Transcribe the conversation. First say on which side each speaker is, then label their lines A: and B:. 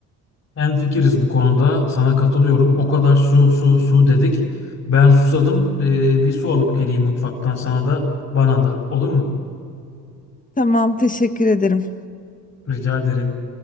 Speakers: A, on the left (about 45°); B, on the left (about 20°).
A: Hemfikiriz bu konuda sana katılıyorum. O kadar su su su dedik. Ben susadım. Ee, bir su alıp geleyim mutfaktan sana da bana da olur mu?
B: Tamam, teşekkür ederim.
A: Rica ederim.